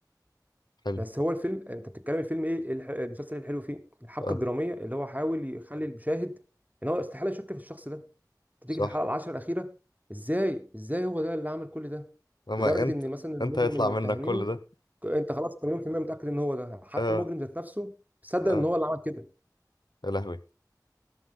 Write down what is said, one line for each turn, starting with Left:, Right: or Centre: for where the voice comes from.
Left: حلو
Right: بس هو الفيلم أنت بتتكلم الفيلم إيه إيه الح- المسلسل الحلو فيه الحبكة
Left: اه
Right: الدرامية اللي هو حاول يخلي المشاهد إن هو استحالة يشك في الشخص ده تيجي
Left: صح
Right: في الحلقه العشرة الاخيره ازاي ازاي هو ده اللي عمل كل ده
Left: اما
Right: لدرجه
Left: انت
Right: ان مثلا المجرم
Left: انت هيطلع
Right: اللي متهمينه
Left: منك كل ده
Right: ك- انت خلاص 80% متاكد ان هو ده حتى
Left: اه
Right: المجرم ذات نفسه صدق
Left: اه
Right: ان هو اللي عمل كده
Left: يا لهوي